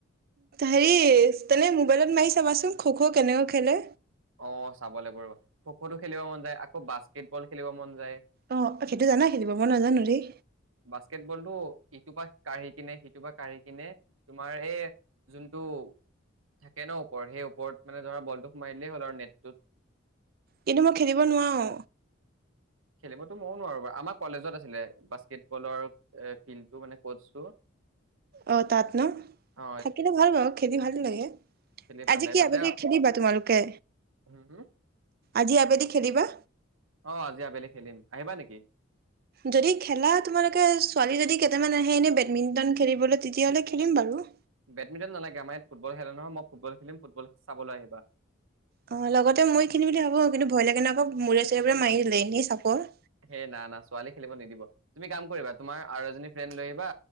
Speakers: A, on the right (about 50°); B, on the right (about 85°).
A: হেৰি, তেনে মোবাইলত মাৰি চাবাচোন, খ-খ' কেনেকৈ খেলে?
B: অ, চাব লাগিব ৰ, খ-খ টো খেলিব মন যায়, আকৌ বাস্কেট বল খেলিব মন যায়।
A: অ, সেইটো জানা খেলিব, মই নাজানো দেই।
B: বাস্কেট বলটো ইটোৰ পৰা কাঢ়ি কিনে, সিটোৰ পৰা কাঢ়ি কিনে তোমাৰ এই যোনটো থাকে ন ওপৰত সেই ওপৰত মানে ধৰা বলটো সোমাই দিলে হ'ল আৰু নেট টো
A: কিন্তু, মই খেলিব নোৱাৰো।
B: খেলিবতো মই নোৱাৰো বাৰু, আমাৰ কলেজত আছিলে, বাস্কেটবলৰ ফিল্ডটো মানে কচটো
A: অ, তাত ন
B: অ
A: থাকিলে ভাল বাৰু, খেলি ভালে লাগে,
B: খেলি ভাল
A: আজি
B: লাগে
A: কি
B: তাতে
A: আবেলি খেলিবা তোমালোকে?
B: হম হম
A: আজি আবেলি খেলিবা?
B: অ, আজি আবেলি খেলিম, আহিবা নেকি?
A: যদি খেলা তোমালোকে, ছোৱালী যদি কেইটামান আহে এনে বেডমিন্টন খেলিবলৈ তেতিয়াহলে খেলিম বাৰু।
B: বেডমিণ্টন নালাগে, আমাৰ ইয়াত ফুটবল খেলে নহয়, মই ফুটবল খেলিম, ফুটবল চাবলৈ আহিবা।
A: অ, লগতে মই খেলিম বুলি ভাবো, কিন্তু ভয় লাগে আকৌ মূৰে-চূৰে পৰা মাৰি দিলে, এনেই চাপৰ
B: সেই, না-না ছোৱালী খেলিব নিদিব। তুমি কাম কৰিবা, তোমাৰ আৰু এজনী ফ্ৰেণ্ড লৈ আহিবা,